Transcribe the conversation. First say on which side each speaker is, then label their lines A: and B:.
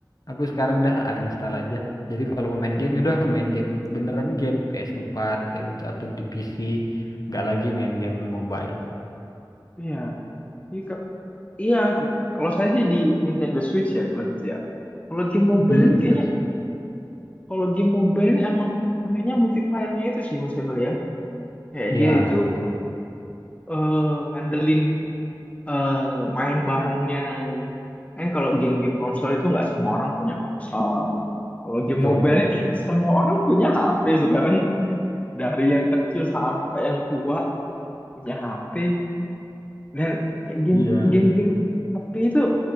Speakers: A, on the left (about 50°); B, on the left (about 15°).
A: aku sekarang udah uninstall aja. Jadi kalau mau main
B: Hmm,
A: game udah main game beneran game PS4 kayak gitu atau di PC, nggak lagi main game mobile.
B: iya. Ini Iya, kalau saya sih di Nintendo Switch ya kalau gitu ya. Kalau game mobile
A: Hmm,
B: ini kayaknya
A: terus.
B: kalau game mobile ini emang kayaknya multiplayer-nya itu sih maksudnya kali ya. Kayak
A: Ya,
B: dia itu
A: betul.
B: eh, ngandelin eh, main barengnya. Kan kalau game-game konsol itu nggak semua orang punya konsol. Kalau game
A: Betul.
B: mobile ini kayaknya semua orang punya HP sekarang. Dari yang kecil sampai yang tua punya HP. dan kayak game
A: Iya.
B: game-game HP itu